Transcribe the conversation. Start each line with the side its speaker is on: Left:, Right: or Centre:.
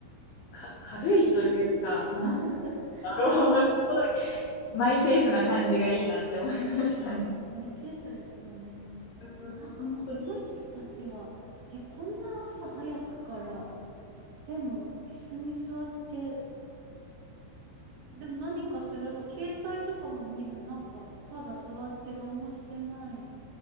Left: か、軽いというか、なん
Right: <laughs>
Left: だろう、<laughs> すごい、マイペースな感じがいいなって思いましたね。
Right: マイペースですよね。
Left: うん本当に。
Right: なんかこの人たちは、え、こんな朝早くから、でも椅子に座って、でも何かする、携帯とかも見ず、なんかただ座って何もしてない、